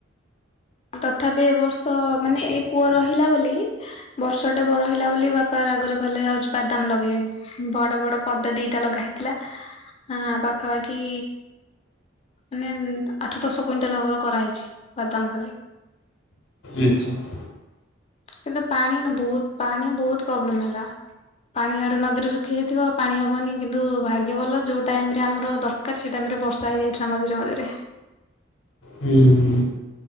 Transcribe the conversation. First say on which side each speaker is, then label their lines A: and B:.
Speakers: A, on the left (about 30°); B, on the left (about 80°).
A: ମୁଁ ତଥାପି ଏ ବର୍ଷ ମାନେ ଏଇ ପୁଅ ରହିଲା ବୋଲି। ବର୍ଷ ଟେ ପୁଅ ରହିଲା ବୋଲି ବାପା ରାଗରେ କହିଲେ ଯାଉଚି ବାଦାମ ଲଗେଇବି। ବଡ ବଡ ପଦା ଦିଟା ଲଗା ହେଇଥିଲା ଆ ପାଖାପାଖି ମାନେ ଆଠ ଦଶ କୁଇଣ୍ଟାଲ ହବର କରାହେଇଚି ବାଦାମ ଖାଲି।
B: ଆଚ୍ଛା <inaudible>
A: କିନ୍ତୁ ପାଣି ବହୁତ ପାଣି ବହୁତ ପ୍ରୋବ୍ଲେମ ହେଲା। ପାଣି ଆଡେ ନଦୀରେ ଶୁଖି ଯାଇଥିବ ପାଣି ହବନି କିନ୍ତୁ ଭାଗ୍ୟ ଭଲ ଯୋଉ ଟାଇମ୍ ରେ ଆମର ଦର ଦରକାର୍ ସେଇ ଟାଇମ୍ ବର୍ଷା ହେଇଯାଇଥିଲା ମଝିରେ ମଝିରେ।
B: ହୁଁ, ହୁଁ।